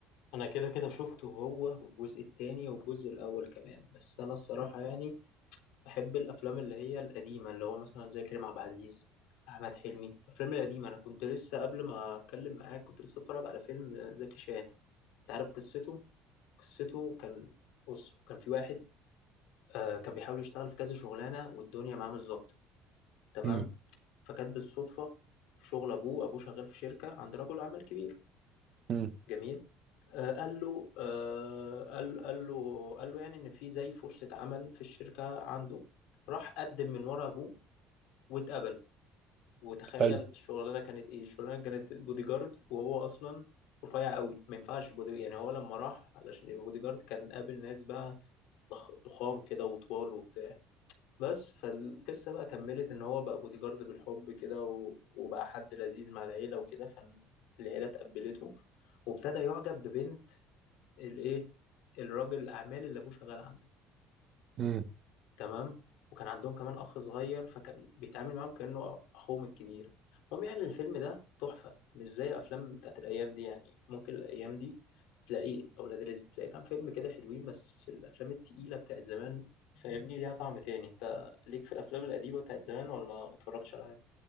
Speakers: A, on the left (about 80°); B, on the right (about 50°).
A: انا كده كده شفته هو في الجزء التاني والجزء الاول كمان بس انا الصراحه يعني بحب الافلام اللي هي القديمه اللي هو مثلا زي كريم عبد العزيز احمد حلمي الافلام القديمه انا كنت لسه قبل ما اتكلم معاك كنت لسه اتفرج على فيلم زكي شان انت عارف قصته قصته كان بص كان في واحد آه كان بيحاول يشتغل في كذا شغلانه والدنيا معاه مش ظابطه تمام
B: مم.
A: فكانت بالصدفه في شغل ابوه ابوه شغال في شركه عند رجل اعمال كبير
B: مم.
A: جميل آه، قال له آه، قال قال له قال له يعني ان في زي فرصة عمل في الشركة عنده راح قدم من ورا ابوه واتقبل وتخيل
B: حلو
A: الشغلانة كانت ايه الشغلانة كانت بودي جارد وهو اصلا رفيع قوي ما ينفعش بودي يعني هو لما راح علشان يبقى بودي جارد كان قابل ناس بقى ضخ- ضخام كده وطوال وبتاع بس فالقصة بقى كملت ان هو بقى بودي جارد بالحب كده و- وبقى حد لذيذ مع العيلة وكده فالعيلة تقبلته وابتدى يعجب ببنت الايه الراجل الاعمال اللي ابوه شغال عنده
B: مم.
A: تمام وكان عندهم كمان اخ صغير فكان بيتعامل معاهم كانه اخوهم الكبير المهم يعني الفيلم ده تحفه مش زي افلام بتاعت الايام دي يعني ممكن الايام دي تلاقي اولاد رزق تلاقي كام فيلم كده حلوين بس الافلام التقيله بتاعت زمان فاهمني ليها طعم تاني انت ليك في الافلام القديمه بتاعت زمان ولا ما اتفرجتش على حاجه